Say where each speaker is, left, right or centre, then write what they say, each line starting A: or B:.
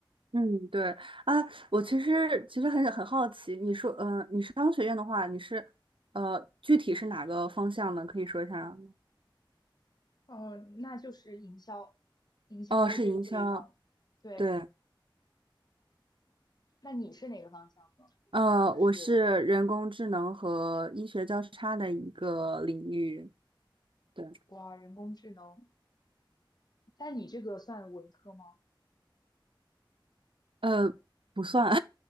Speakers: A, on the right; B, on the left.
A: 嗯，对啊，我其实其实很很好奇，你说，呃，你商学院的话，你是，呃，具体是哪个方向呢？可以说一下吗？
B: 呃，那就是营销，营销这个这一方，
A: 哦，是营销，
B: 对。
A: 对，
B: 那你是哪个方向呢？
A: 呃，
B: 就是
A: 我是人工智能和医学交叉的一个领域，对，
B: 哇，人工智能，但你这个算文科吗？
A: 呃，不算，